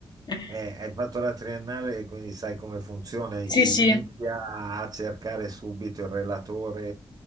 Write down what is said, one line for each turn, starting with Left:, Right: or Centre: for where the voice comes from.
Left: <laughs>
Right: Eh, hai fatto la triennale, quindi sai come funziona. I-
Left: Sì, sì.
Right: Inizia a cercare subito il relatore